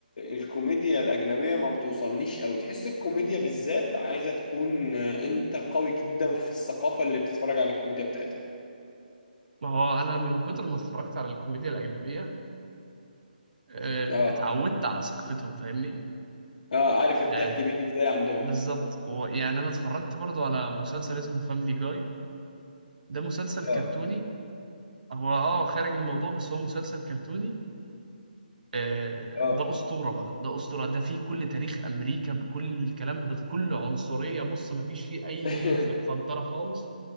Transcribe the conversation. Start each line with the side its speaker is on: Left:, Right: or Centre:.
Left: الكوميديا الاجنبية ما بتوصلنيش قوي تحس الكوميديا بالذات عايزة تكون آه، انت قوي جدا في الثقافة اللي بتتفرج على الكوميديا بتاعتها
Right: ما هو انا من كتر ما اتفرجت على الكوميديا الاجنبيه آه،
Left: اه
Right: اتعودت على ثقافتهم فاهمني
Left: اه عارف الضحك
Right: يعني
Left: بيجي ازاي عندهم
Right: بالظبط ويعني انا اتفرجت برضو على مسلسل اسمه فاميلي جاي ده مسلسل
Left: اه
Right: كرتوني هو اه خارج الموضوع بس هو مسلسل كرتوني آه
Left: اه
Right: ده اسطوره بقى ده اسطوره ده فيه كل تاريخ امريكا بكل الكلام بكل عنصريه بص مفيش فيه اي
Left: <laughs>
Right: ف- فلتره خالص